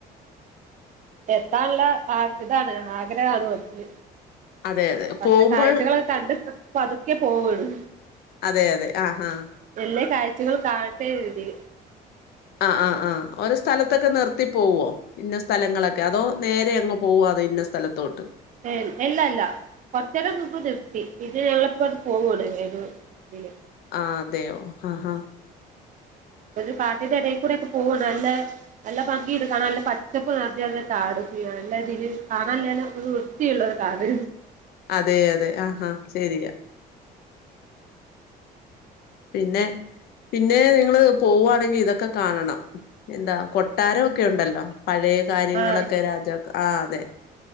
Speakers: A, on the right; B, on the left.
A: എത്താനുള്ള ആ ഹ് താണ് ആഗ്രഹാണ് മൻസിൽ
B: അതെ അതെ
A: പക്ഷേ
B: പോകുമ്പോൾ
A: കാഴ്ചകളൊ കണ്ട് പ പതുക്കെ പോവൊണ്
B: അതെ അതെ ആഹ് ആഹ്
A: എല്ലേ കാഴ്ചകൾ കാൺട്ടെ ര്തിൽ
B: അഹ് അഹ് അഹ് ഓരോ സ്ഥലത്തൊക്കെ നിർത്തി പോവോ ഇന്ന സ്ഥലങ്ങളൊക്കെ അതോ നേരെ അങ്ങ് പോവാ ഇഞ്ഞ സ്ഥലത്തോട്ട്
A: ഏഹ്മ് എല്ലല്ല കൊറച്ചേരനുമ്പ് നിർത്തി <inaudible> <unintelligible> പോവുട് ഏതോ ഇതിൽ
B: അഹ് അതെയോ അ ഹഹ
A: ഒരു കാട്ടിന്റെ ഇടയിൽ കൂടെൊക്കെ പോക നല്ല ഭംഗി ഇടുകണ നല്ല പ ചപ് നെർ <unintelligible> കാട് അല്ലതിൽ കാണാല്ലല്ലോ ഒരു വൃത്തിയുള്ള ഒരു കാട്
B: അതെ അതെ അഹ് അഹ് ശരിയാ പിന്നെ പിന്നെ നിങ്ങള് പോവാണെങ്കി ഇതൊക്കെ കാണണം എന്താ കൊട്ടാരൊക്കേണ്ടല്ലോ പഴയ കാര്യങ്ങളൊക്കെ
A: ആഹ്
B: രാജാക്ക ആ അതെ